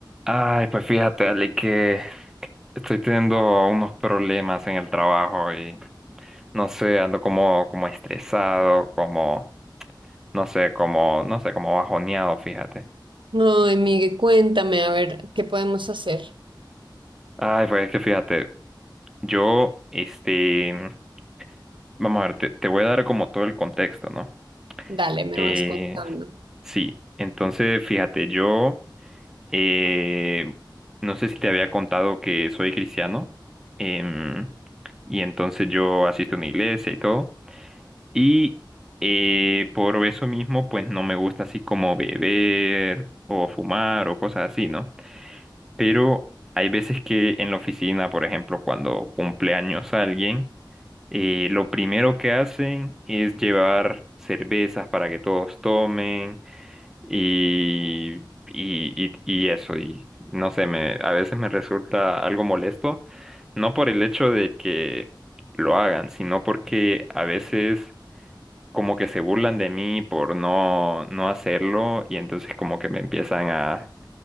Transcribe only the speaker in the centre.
Ay, pues fíjate, Ale, que estoy teniendo unos problemas en el trabajo y no sé, ando como, como estresado, como, no sé, como, no sé, como bajoneado, fíjate.
Ay, pues es que fíjate, yo, este, vamos a ver, te, te voy a dar como todo el contexto, ¿no?
Eh,
sí, entonces fíjate, yo Eh, no sé si te había contado que soy cristiano. em, y entonces yo asisto a una iglesia y todo. Y eh, por eso mismo, pues no me gusta así como beber o fumar o cosas así, ¿no? Pero hay veces que en la oficina, por ejemplo, cuando cumple años alguien, eh, lo primero que hacen es llevar cervezas para que todos tomen y, y, y- y eso, y no sé, me, a veces me resulta algo molesto, no por el hecho de que lo hagan, sino porque a veces como que se burlan de mí por no, no hacerlo y entonces como que me empiezan a,